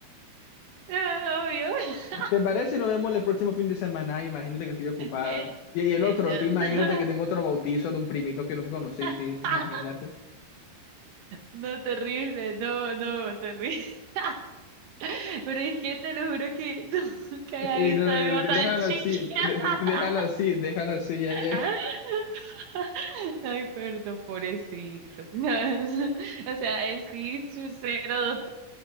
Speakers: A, on the right (about 70°); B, on the left (about 85°).
A: "Ah, obvio, <laughs>
B: ¿Te parece? si Nos vemos el próximo fin de semana. Ay, imagínate que estoy ocupada.
A: Eh,
B: Y,
A: eh,
B: y el otro,
A: yo,
B: tú imagínate
A: no.
B: que tengo otro bautizo de un primito que nunca conocí, sí,
A: <laughs>
B: imagínate.
A: No, terrible, no, no, terrible. <laughs> Pero es que te lo juro que <laughs> nunca había
B: Y no,
A: visto
B: no,
A: algo
B: no, no,
A: tan
B: déjalo
A: chiquita.
B: así, de- de- déjalo así, déjalo así. ya, ya.
A: <laughs> Ay, perdón, pobrecito. <laughs> O sea, él sí, su cero